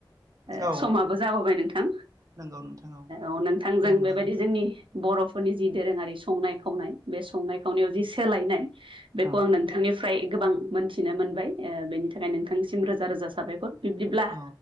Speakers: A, on the right (about 80°); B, on the right (about 40°).
A: ओ
B: औ
A: समा जाबोबाय नोंथां।
B: नंगौ नोंथां
A: औ नोंथांजों
B: दे होमब्ला
A: बेबायदि
B: नोंथां
A: जोंनि बर'फोरनि जि दोरोङारि संनाय खावनाय बे संनाय खावनायाव जि सोलायनाय बेखौ
B: औ
A: आं नोंथांनिफ्राय गोबां मोनथिनो मोनबाय। ओ बेनि थाखाय नोंथांनिसिम रोजा रोजा साबायखर। बिब्दिब्ला
B: औ